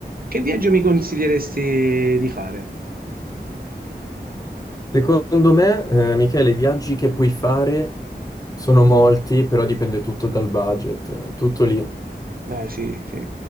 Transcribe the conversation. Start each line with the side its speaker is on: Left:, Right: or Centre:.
Right: Che viaggio mi consiglieresti di fare?
Left: Secondo me, eh, Michele, i viaggi che puoi fare sono molti, però dipende tutto dal budget. eh, Tutto lì,
Right: Beh, sì, sì,